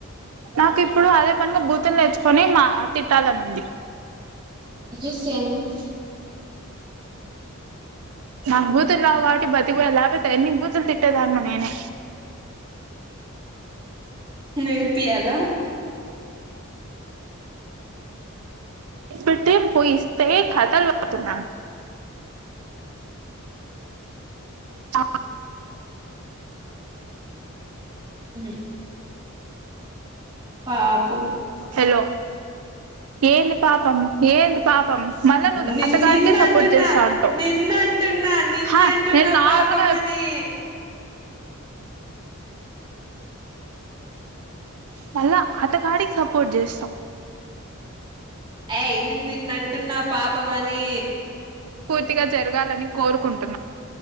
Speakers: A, on the right; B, on the right.
A: నాకిప్ ఇప్పుడు అదే కనుక బూతులు నెర్చ్ నేన్ మా తిట్టాలనుంది
B: <unintelligible>
A: నా బూతుల్ రావ్ కాబట్టి బతికిపోయావ్ లేకపోతే ఎన్ని బూతులు తిట్టేదాన్నో నేనె
B: నేర్పియాలా
A: ఇపటి పోయిస్తస్త కథలు వతున్నాను ఆ
B: హ్మ్ పాపం
A: హలో ఏంది పాపం ఏంది పాపం మళ్ళా నువ్వు
B: నే
A: అతగాడికే
B: నిన్ను
A: సపోర్ట్
B: అంటున్నా.
A: చేస్తా అంటావ్
B: నిన్ను అంటున్నా. నిన్ను
A: హా
B: అంటున్నా
A: నేను నార్మల్గా
B: పాపమని.
A: మళ్ళా అతగాడికి సపోర్ట్ చేస్తవ్
B: ఏయ్ నిన్ నిన్ అన్ అంటున్నా పాపం అని
A: పూర్తిగా జరగాలని కోరుకుంటున్నా.